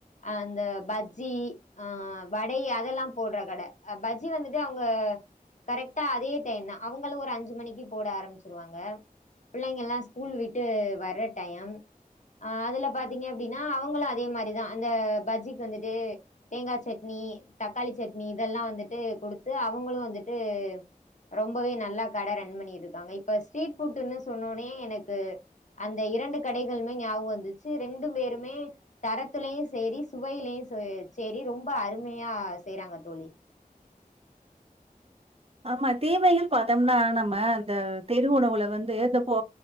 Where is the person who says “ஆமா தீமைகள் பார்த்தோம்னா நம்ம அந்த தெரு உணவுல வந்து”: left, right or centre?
Right